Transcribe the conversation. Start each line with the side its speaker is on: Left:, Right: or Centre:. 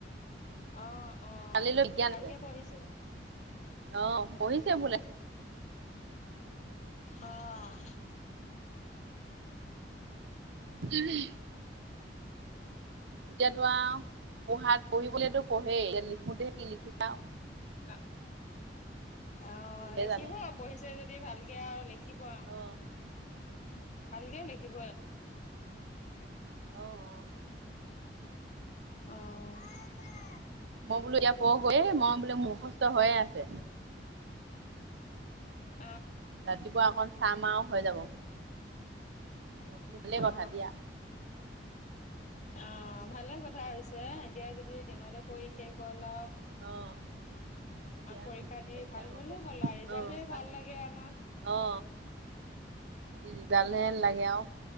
Left: অ অ
Right: কালিলৈ বিজ্ঞান
Left: ভালকে
Right: আছে
Left: পঢ়িছে
Right: অ' পঢ়িছে বোলে।
Left: আহ
Right: উমহ এতিয়াতো আও পঢ়াত পঢ়িবলৈটো পঢ়েই, এতিয়া লিখোতেহে কি লিখিছে আও।
Left: <unintelligible> অ
Right: সিহে
Left: লিখিব
Right: জানে
Left: পঢ়িছে যদি ভালকে আৰু লিখিব আৰু
Right: অ
Left: ভালকে লিখিবই।
Right: আহ।
Left: অ, <unintelligible>
Right: মই বোলো <unintelligible> গৈয়ে মই বোলে মুখস্থ হৈয়ে আছে।
Left: <unintelligible>
Right: ৰাতিপুৱা অকন চাম আৰু হৈ যাব মই বোলো ভালেই
Left: অ
Right: কথা দিয়া
Left: অ ভালে কথা কথা হৈছে এতিয়া যদি দিনতে পঢ়ি শেষ হল আও
Right: অহ', এতিয়া
Left: পৰীক্ষা দি
Right: এক্সম
Left: ভাল হ'লে
Right: পৰীক্ষা
Left: হ'ল আৰু ৰিজাল্টটোৱে
Right: অ ভাল হ'লে
Left: লাগে আমাক।
Right: অ খালি ৰিজাল্টহে লাগে আৰু